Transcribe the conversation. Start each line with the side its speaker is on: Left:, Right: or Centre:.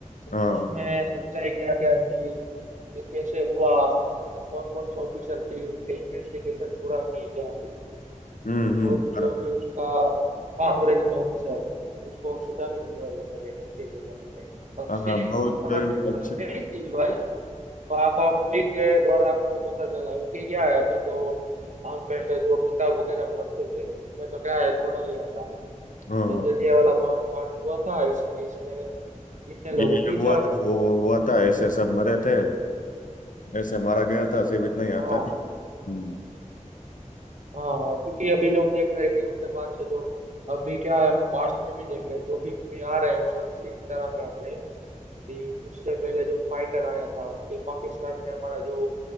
Left: हाँ
Right: उसमें सच्चाई क्या क्या थी तो कैसे हुआ कौन कौन से ऑफिसर थे उसके इन्वेस्टिगेशन पूरा किया
Left: हम्म हम्म
Right: और
Left: बराबर
Right: जो भी उसका कांग्रेस में ऑफिसर उसको सजा भी दिलवाई अपने अक्षय कुमार ने अक्षय
Left: हाँ हाँ, बहुत
Right: कुमार ने तो
Left: अच्छी
Right: नहीं दिलवाई पापा मूवी के द्वारा हमको पता चला क्योंकि क्या है अभी तो हम पहले जो किताब वगैरह पढ़ते थे उसमें तो क्या है थोड़ा ही आता है कि
Left: हाँ हाँ,
Right: जलियांवाला बाग कांड हुआ था इसमें इसने इतने लोगों
Left: ये
Right: की
Left: हुआ
Right: जान
Left: था
Right: चली
Left: वो
Right: गई
Left: हुआ था ऐसे सब मरे थे ऐसे मारा गया था सिर्फ इतना ही आता
Right: हाँ
Left: है हम्म
Right: हाँ क्योंकि अभी जो हम देख रहे हैं कि उसके बाद से जो अभी क्या है हम पास्ट में भी देख रहे हैं जो भी मूवी आ रहे हैं वो सब इसी तरह के आते हैं कि उससे पहले जो फाइटर आया था कि पाकिस्तान में हमारा जो